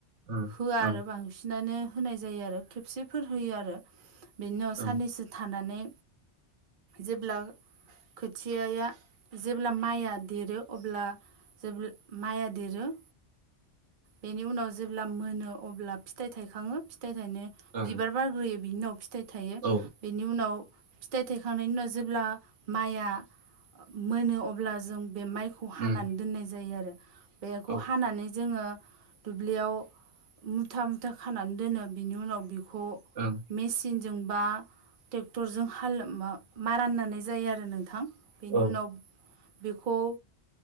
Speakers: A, on the right; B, on the right.
A: ओं
B: होआ
A: ओं
B: आरो बांसिनानो होनाय जायो आरो खेबसेफोर होयो आरो बिनि उाव
A: ओं
B: साननैसो थानानै जेब्ला खोथियाया जेब्ला माइया देरो अब्ला जेब्ला माया देरो बेनि उनाव जेब्ला मोनो अब्ला फिथाइ थाइखाङो फिथाइ थाइनाय
A: ओं
B: बिबार बारग्रोयो बिनि उनाव फिथाइ थायो
A: औ
B: बिनि उनाव फिथाइ थायखांनायनि उनाव जेब्ला माइआ मोनो अब्ला जों बे माइखौ खौ हानानै
A: उम
B: दोननाय जायो आरो बेखौ
A: औ
B: हानानै जोङो दुब्लियाव मुथा मुथा खानानै दोनो बिनि उनाव बिखौ
A: ओं
B: मेसिनजों बा ट्रेक्टरजों हाल माराननानै जायो आरो नोंथां। बेनि
A: औ
B: उनाव बेखौ